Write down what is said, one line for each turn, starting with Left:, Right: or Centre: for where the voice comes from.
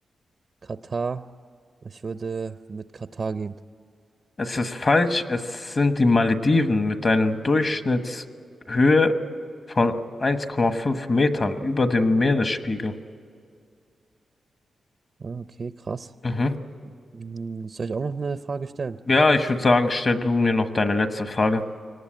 Right: Katar. Ich würde mit Katar gehen.
Left: Es ist falsch, es sind die Malediven mit einer Durchschnittshöhe von eins Komma fünf Metern über dem Meeresspiegel.
Right: Ah, okay, krass.
Left: Mhm.
Right: Hm, Soll ich auch noch eine Frage stellen?
Left: Ja, ich würde sagen, stell du mir noch deine letzte Frage.